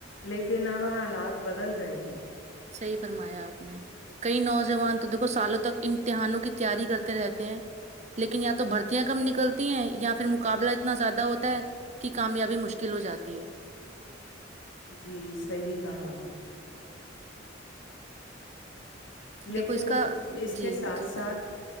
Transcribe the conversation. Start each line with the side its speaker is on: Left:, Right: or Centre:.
Left: لیکن اب حالات بدل گئے ہیں
Right: صحیح فرمایا آپ نے کئی نوجوان تو دیکھو سالوں تک امتحانوں کی تیاری کرتے رہتے ہیں لیکن یا تو بھرتیاں کم نکلتی ہیں یا پھر مقابلہ اتنا زیادہ ہوتا ہے کی کامیابی مشکل ہو جاتی ہے
Left: جی صحیح کہا لیکن
Right: دیکھو اس
Left: ایک-
Right: کا
Left: اس
Right: جی
Left: کے ساتھ
Right: جی
Left: ساتھ
Right: فرما